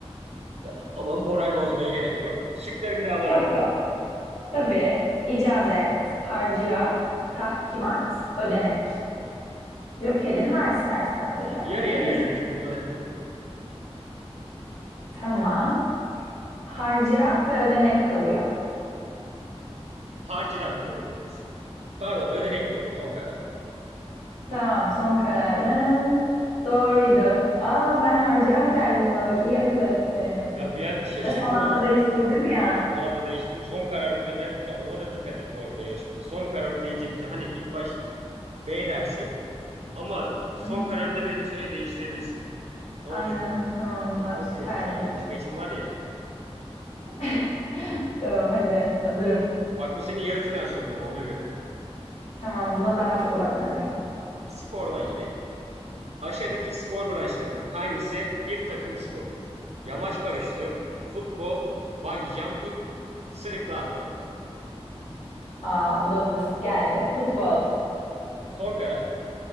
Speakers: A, on the right; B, on the left.
A: Ya, Ama moral bozmaya gerek yok. Şıkları bir daha alabilir
B: Yok
A: miyim?
B: yok. Tabii icazet, harcırah, tahkimat, ödenek. Joker'in var istersen Joker
A: Yarı
B: kullanabilirsin.
A: yarıya jokeri Kullanabilir miyim?
B: Tamam. Harcırah ve ödenek kalıyor.
A: Hacilat diyorum öyleyse. Pardon ödenek diyorum son kararım.
B: Tamam, son kararın doğruydu. Aa, ben harcırah derdim buna bak, iyi akıl ettin.
A: Ya bir an şaşırdım
B: Ve son
A: ona.
B: anda değiştirdin ya.
A: Son anda değiştim. Son kararım deme. Ya ona da dikkat et bu arada yarışmada. Son kararım deyince bütün hani ilk baş B dersin ama son
B: Hı hı.
A: kararım demediğin sürece değiştirebilirsin. Ona
B: Aynen,
A: da dikkat et.
B: tamam
A: Ya hep
B: bak
A: çok
B: süperdi.
A: iyi oldu şu an yarışma için var ya.
B: <laughs>
A: Hani iğnemdir.
B: Tamam hadi, hazırım.
A: Bak bu senin yarı final sorun ama ona göre.
B: Tamam, buna daha çok odaklanacağım.
A: Ya, Spordan yine. Aşağıdaki spor branşlarından hangisi bir takım sporudur? Yamaç paraşütü, futbol, bungee jumping, sırıkla atlama.
B: Aa, bu da basit geldi. Futbol,
A: Son kararın.